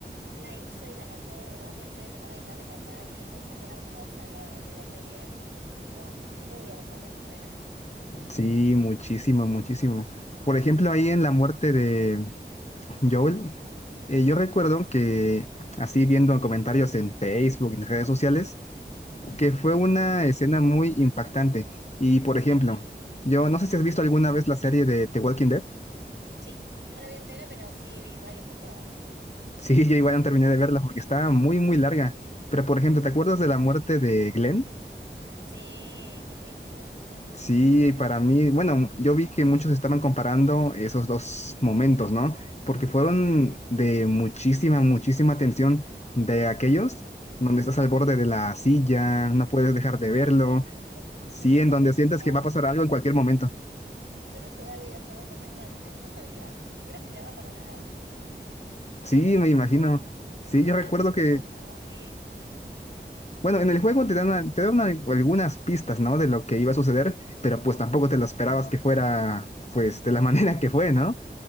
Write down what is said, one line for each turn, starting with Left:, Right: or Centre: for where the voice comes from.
Right: la hizo y la cantó de verdad, pues ya sabe tocar la guitarra y cantar, y es como una escena hermosa la, la serie. Es tipo muy hermosa esa escena.
Left: Sí, muchísimo, muchísimo. Por ejemplo, ahí en la muerte de Joel, eh, yo recuerdo que, así viendo comentarios en Facebook, en redes sociales, que fue una escena muy impactante. Y, por
Right: Sí,
Left: ejemplo, yo no sé si has visto alguna vez la serie de The Walking Dead.
Right: sí, no la vi entera, pero sí vi varias temporadas.
Left: Sí, yo igual no terminé de verla porque estaba muy, muy larga. Pero, por ejemplo, ¿te acuerdas de la muerte de Glenn?
Right: Sí, qué triste.
Left: Sí, para mí, bueno, yo vi que muchos estaban comparando esos dos momentos, ¿no? Porque fueron de muchísima, muchísima tensión de aquellos donde estás al borde de la silla, no puedes dejar de
Right: Totalmente.
Left: verlo, sí,
Right: Aparte,
Left: en donde sientes
Right: yo,
Left: que va a pasar algo en cualquier momento.
Right: yo no jugué al videojuego, entonces realmente no lo sabía y no lo esperaba para nada.
Left: Sí,
Right: Como que
Left: me imagino. Sí, yo
Right: no
Left: recuerdo
Right: entendí
Left: que
Right: como, sí.
Left: Bueno, en el juego te dan, al- te dan al- algunas pistas, ¿no? De lo que iba a suceder, pero pues tampoco te lo esperabas que fuera, pues, de la <laughs> manera que fue, ¿no?